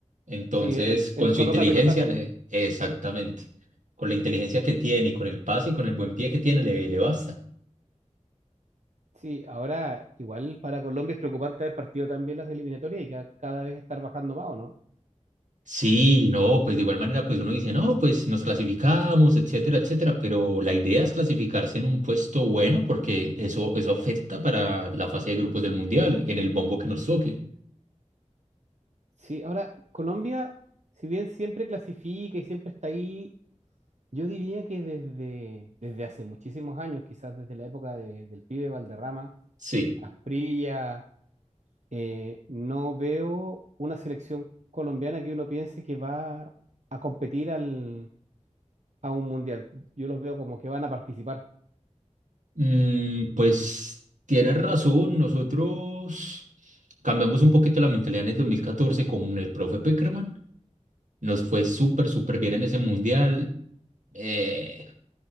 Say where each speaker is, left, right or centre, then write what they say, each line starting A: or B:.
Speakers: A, on the right (about 90°); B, on the right (about 70°).
A: Entonces,
B: Sí, él,
A: con
B: él
A: su
B: coloca
A: inteligencia,
B: pelotazos.
A: le, exactamente, con la inteligencia que tiene y con el pase y con el buen pie que tiene, le, le basta.
B: Sí, ahora igual para Colombia es preocupante haber partido también las eliminatorias y ca- cada vez estar bajando más, ¿o no?
A: Sí, no, pues de igual manera, pues uno dice, no, pues nos clasificamos, etcétera, etcétera, pero la idea es clasificarse en un puesto bueno porque eso, eso afecta para la fase de grupos del Mundial, en el bombo que nos toque.
B: Sí, ahora Colombia, si bien siempre clasifica y siempre está ahí, yo diría que desde, desde hace muchísimos años, quizás desde la época de- del pibe Valderrama,
A: Sí.
B: Asprilla. eh, no veo una selección colombiana que uno piense que va a competir al, a un mundial. Yo los veo como que van a participar.
A: Mm, pues tienes razón, nosotros cambiamos un poquito la mentalidad en el dos mil catorce. con el profe Peckerman. Nos fue súper, súper bien en ese mundial. Eh,